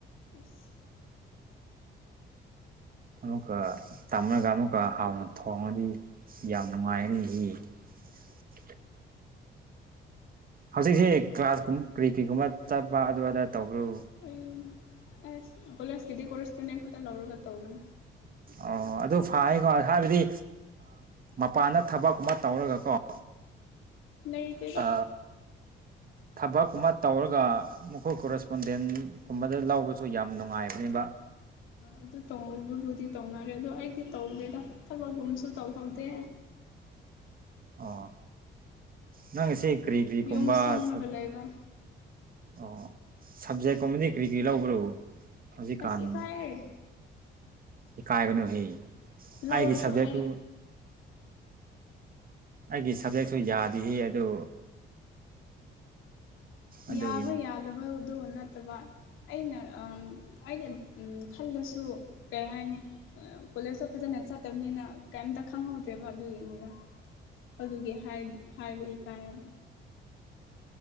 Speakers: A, on the left (about 85°); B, on the right (about 45°).
A: ꯑꯁ
B: ꯑꯃꯨꯛꯀ ꯇꯝꯂꯒ ꯑꯃꯨꯛꯀ ꯍꯥꯎꯅ ꯊꯣꯡꯉꯗꯤ ꯌꯥꯝ ꯅꯨꯡꯉꯥꯏꯒꯅꯤ ꯍꯤ <unintelligible> ꯍꯧꯖꯤꯛꯁꯤꯦ ꯀ꯭ꯂꯥꯁ ꯀ ꯀꯔꯤ ꯀꯔꯤꯒꯨꯝꯕ ꯆꯠꯄ ꯑꯗꯨ ꯑꯗꯥ ꯇꯧꯕ꯭ꯔꯨ
A: ꯑꯩ ꯑꯁ ꯀꯣꯂꯦꯖꯀꯤꯗꯤ ꯀꯣꯔꯔꯤꯁꯄꯦꯟꯗꯦꯟ ꯈꯛꯇ ꯂꯧꯔꯒ ꯇꯧꯕꯅꯤ
B: ꯎ ꯑꯣ ꯑꯗꯨ ꯐꯌꯦꯀꯣ ꯍꯥꯏꯕꯗꯤ ꯃꯄꯥꯟꯗ ꯊꯕꯛꯀꯨꯝꯕ ꯇꯧꯔꯒꯀꯣ ꯑ
A: ꯂꯩꯇꯦꯗ
B: ꯑ ꯊꯕꯛꯀꯨꯝꯕ ꯇꯧꯔꯒ ꯃꯈꯣꯏ ꯀꯣꯔꯦꯁꯄꯣꯟꯗꯦꯟꯒꯨꯝꯕꯗ ꯂꯧꯕꯁꯨ ꯌꯥꯝ ꯅꯨꯡꯉꯥꯏꯕꯅꯦꯕ <unintelligible>
A: ꯑꯗꯨ ꯇꯕꯨꯗꯤ ꯇꯧꯅꯔꯦ ꯑꯗꯣ ꯑꯩꯗꯤ ꯇꯧꯗꯦꯗ ꯊꯕꯛꯒꯨꯝꯕꯁꯨ ꯇꯧꯍꯧꯗꯦ
B: ꯑꯣ ꯅꯪ ꯁꯤꯦ ꯀ꯭ꯔꯤ ꯀ꯭ꯔꯤ ꯀꯨꯝꯕ
A: ꯌꯨꯝ ꯁꯪꯉꯒ
B: ꯁ
A: ꯂꯩꯕ
B: ꯑꯣ ꯁꯞꯖꯦꯛꯀꯨꯝꯕꯗꯤ ꯀꯔꯤ ꯀꯔꯤ ꯂꯧꯕ꯭ꯔꯣ ꯍꯧꯖꯤ ꯀꯥꯅ
A: ꯑꯁ ꯏꯀꯥꯏꯌꯦ
B: ꯀꯥꯏꯒꯅ ꯍ
A: ꯂꯧꯔꯁꯨ
B: ꯑꯩꯒꯤ ꯁꯕꯖꯦꯛꯛꯇꯨ
A: ꯑꯩ
B: ꯑꯩꯒꯤ ꯁꯕꯖꯦꯛꯁꯨ ꯌꯥꯗꯤ ꯑꯗꯨ ꯑꯗꯨꯒꯤꯅꯤ
A: ꯌꯥꯕ ꯌꯥꯂꯕ ꯑꯗꯨ ꯅꯠꯇꯕ ꯑꯩꯅ ꯑꯩꯅ ꯈꯜꯂꯁꯨ ꯀꯩ ꯍꯥꯏꯅꯤ ꯀꯣꯂꯦꯖꯇꯣ ꯐꯖꯅ ꯆꯠꯇꯕꯅꯤꯅ ꯀꯩꯝꯇ ꯈꯪꯍꯧꯗ꯭ꯔꯦꯕ ꯑꯗꯨꯒꯤꯅꯤꯗ ꯑꯗꯨꯒꯤ ꯍꯥꯏꯕ ꯏꯀꯥꯏꯌꯦꯕ